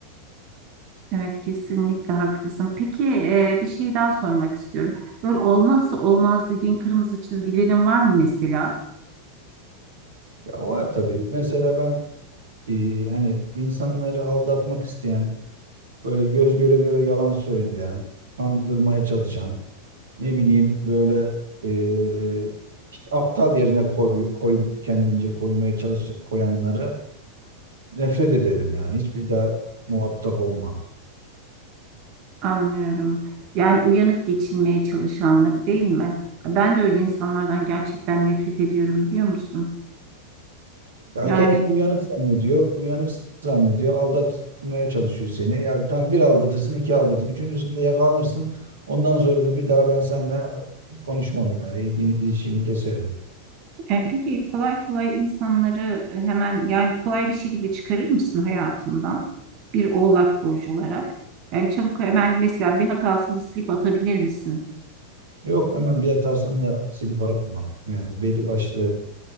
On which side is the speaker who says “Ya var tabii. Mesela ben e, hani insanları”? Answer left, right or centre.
Right